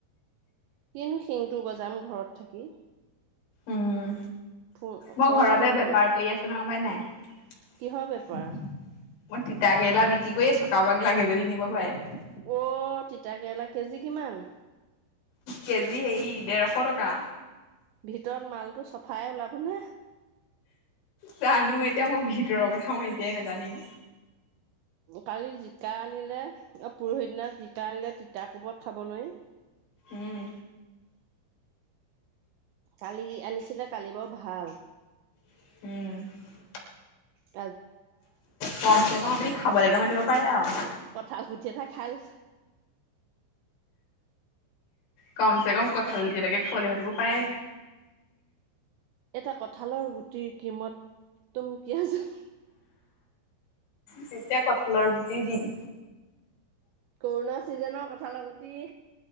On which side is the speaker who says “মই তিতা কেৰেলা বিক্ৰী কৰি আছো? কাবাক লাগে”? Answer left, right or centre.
Left